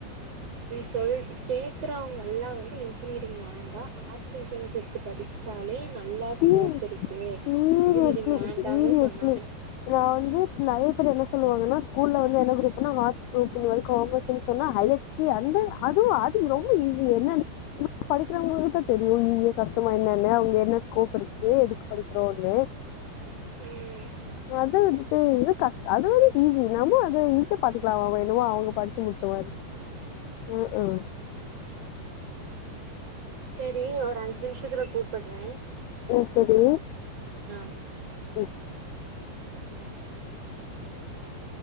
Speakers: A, on the right; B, on the left.
A: நீ சொல் கேக்குறவுங்க எல்லா வந்து இன்ஜினியரிங் வேண்டா ஆர்ட்ஸ் அண்ட் சயின்ஸ் எடுத்து படிச்சு தாலே நல்லா
B: சீ
A: ஸ்கோப் இருக்கு
B: சீரியஸ்லி
A: இன்ஜினியரிங் வேண்டானு
B: சீரியஸ்லி
A: சொன்னாங்க
B: நா வந்து நெறையா பேர் என்ன சொல்லுவாங்கன்னா ஸ்கூல்ல வந்து என்ன குரூப்னா நாங்க ஆட்ஸ் குரூப்னு சொல்றது காமஸ்ன்னு சொன்னா ஹையர் சீ அந்து அதுவா அது ரொம்ப ஈஸி என்னன்னு படிக்கிறவுங்களுக்குதா தெரியு ஈஸியா கஷ்டமா என்னன்னு அவுங்க என்ன ஸ்கோப் இருக்கு எதுக்கு படிக்கிறோன்னு
A: ம்
B: அத விட்டுட்டு இது கஷ் அது வந்து ஈஸி நம்மு அது ஈஸியா பாத்துக்கலா அவ அவ என்னமோ அவுங்க படிச்சு முடுச் ச்ச மாரி ம் ஹும்
A: ஆமா சேரி ஒரு அஞ்சு நிமிஷத்துல கூப்புற்றே
B: ம் செரி
A: ஆ
B: ம் இச்